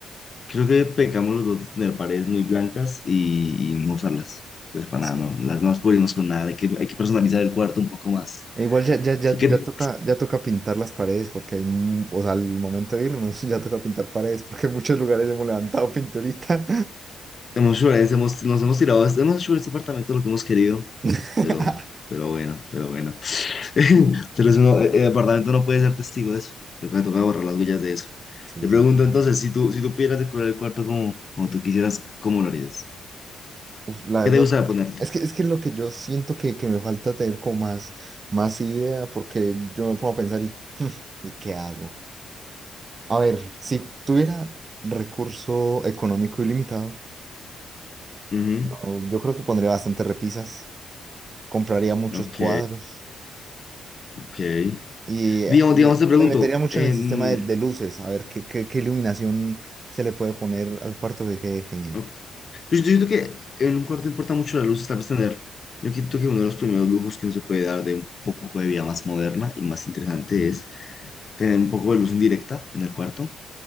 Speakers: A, on the left; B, on the right.
A: creo que pecamos los dos de tener paredes muy blancas y, y no usarlas. Pues para
B: Sí.
A: nada, no, las no las cubrimos con nada. Hay que, hay que personalizar el cuarto un poco más.
B: E Igual ya, ya, ya,
A: Así que
B: ya toca, ya toca pintar las paredes porque hay, mu- o sea, al momento de irnos <laughs> ya toca pintar paredes porque en muchos lugares hemos levantado pinturita.
A: Hemos hecho violencia, hemos- nos hemos tirado, hemos hecho en este apartamento lo que hemos querido,
B: <laughs>
A: pero, pero bueno, pero bueno. <laughs> Pero eso no- eh, el apartamento no puede ser testigo de eso. Toca, toca borrar las huellas de eso.
B: Sí,
A: Te pregunto
B: sí.
A: entonces, si tú, si tú pudieras decorar el cuarto como, como tú quisieras, ¿cómo lo harías?
B: Uf, la
A: ¿Qué
B: verdad,
A: te gustaría ponerle?
B: es que es que lo que yo siento que, que me falta tener como más, más idea porque yo me pongo a pensar y, ¿y qué hago? A ver, si tuviera recurso económico ilimitado,
A: Ujú,
B: no, yo creo que pondría bastantes repisas, compraría muchos
A: Ok,
B: cuadros.
A: ok.
B: Y eh,
A: Digamos,
B: me,
A: digamos, te pregunto,
B: me metería mucho
A: em,
B: en el sistema de, de luces, a ver qué, qué, qué iluminación se le puede poner al cuarto que quede genial.
A: o- yo siento que en un cuarto importa mucho la luz, tal vez tener, yo siento que uno de los primeros lujos que uno se puede dar de un poco de vida más moderna y más interesante tener un poco de luz indirecta en el cuarto.